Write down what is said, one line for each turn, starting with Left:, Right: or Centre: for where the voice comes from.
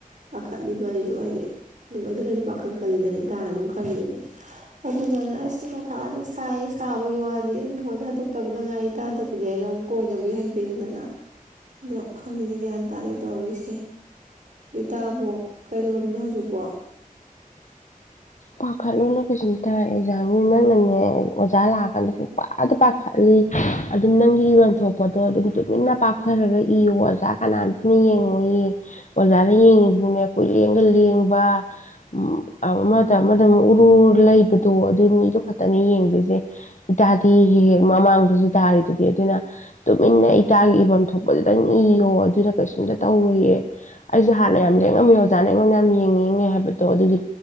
Right: ꯄꯥꯈꯠꯂꯤꯕ ꯑꯩꯁꯨ ꯍꯥꯏꯗꯤ, <unintelligible> ꯈꯔꯁꯨ ꯄꯥꯈꯠꯀꯜꯂꯤꯗꯅ ꯑꯩꯗꯤ꯫ ꯏꯇꯥꯅ ꯑꯗꯨꯝ ꯈꯪꯉꯤꯗꯨꯅꯤ꯫ ꯑꯗꯨꯗꯅꯦ ꯑꯩꯁꯦ ꯃꯊꯥꯗꯤ ꯁꯥꯏ ꯁꯥꯕꯒꯤ ꯋꯥꯗꯤ ꯃꯤꯉꯣꯟꯗ ꯍꯥꯏꯗꯣꯛꯇꯕꯗ ꯉꯥꯏ ꯏꯇꯥꯗꯕꯨꯗꯤ ꯑꯩꯅ ꯑꯃꯨꯛ ꯀꯣꯏꯗꯕꯒꯤ ꯍꯩꯗꯣꯛꯏꯅꯤꯗꯅ꯫ ꯑꯗꯣ ꯈꯪꯗꯦꯅꯦ ꯒ꯭ꯌꯥꯟ ꯇꯥꯗꯦ ꯇꯧꯔꯤꯁꯦ꯫ ꯗꯣ ꯏꯇꯥꯕꯨ ꯀꯩꯗꯧꯔꯝ ꯅꯣ ꯍꯧꯖꯤꯛꯄꯣ
Left: ꯄꯥꯈꯠꯂꯨꯅꯨ ꯀꯩꯁꯨꯝꯇꯥ ꯑꯦꯛꯖꯥꯝꯒꯤ ꯅꯪꯅꯅꯦ ꯑꯣꯖꯥ ꯂꯥꯛꯑꯀꯥꯟꯗ ꯄꯨꯨꯡꯄꯥꯗ ꯄꯥꯈꯠꯂꯤ꯫ ꯑꯗꯨꯝ ꯅꯪꯒꯤ ꯏꯚꯝ ꯄꯣꯠꯇꯣ ꯑꯗꯨꯝ ꯇꯨꯃꯤꯟꯅ ꯄꯥꯛꯊꯔꯒ ꯏꯌꯣ ꯑꯣꯖꯥ ꯀꯅꯥꯝꯇꯅ ꯌꯦꯡꯉꯣꯏꯌꯦ꯫ ꯑꯣꯖꯥꯅ ꯌꯦꯡꯉꯤꯁꯤꯗꯤꯅꯦ ꯀꯨꯏꯂꯦꯡꯒ ꯂꯦꯡꯕ ꯎꯝ ꯑꯃꯥ ꯗ ꯑꯃꯗꯃꯨꯛ ꯎꯔꯨ ꯂꯩ ꯑꯗꯣ ꯑꯗꯨ ꯃꯤꯗꯣ ꯈꯠꯇꯅꯦ ꯌꯦꯡꯗꯣꯏꯁꯦ ꯏꯇꯥꯗꯤ ꯍꯦꯛ-ꯍꯦꯛ ꯃꯃꯥꯡꯗꯁꯨ ꯇꯥꯔꯤ ꯑꯗꯨꯗꯤ ꯑꯗꯨꯅ ꯇꯨꯃꯤꯟꯅ ꯏꯇꯥꯒꯤ ꯏꯐꯝ ꯊꯣꯛꯄꯗꯨꯗꯪ ꯏꯌꯣ ꯑꯗꯨꯅ ꯀꯩꯁꯨꯝꯇ ꯇꯧꯔꯣꯏꯌꯦ꯫ ꯑꯩꯁꯨ ꯍꯥꯟꯅ ꯌꯥꯝ ꯂꯦꯡꯉꯝꯃꯦ ꯑꯣꯖꯥꯅ ꯑꯩꯉꯣꯟꯗ ꯌꯥꯝ ꯌꯦꯡꯉꯤꯉꯦ ꯍꯥꯏꯕ ꯇꫭ ꯑꯗꯨꯒꯤ